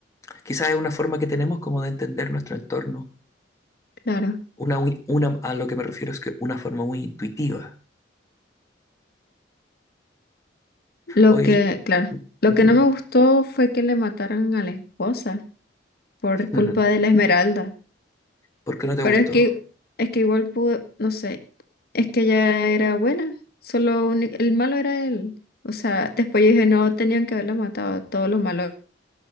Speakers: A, on the left (about 15°); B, on the left (about 55°).
A: Quizás es una forma que tenemos como de entender nuestro entorno.
B: claro.
A: Una, muy- una, a lo que me refiero es que una forma muy intuitiva.
B: Lo
A: Oye,
B: que, claro, lo
A: dime.
B: que no me gustó fue que le mataran a la esposa por
A: Ujú.
B: culpa de la esmeralda.
A: ¿Por qué no te
B: Pero
A: gustó?
B: es que, es que igual pudo, no sé, es que ella era buena, solo uni- el malo era él. O sea, después yo dije, no, tenían que haberla matado, todos los malos,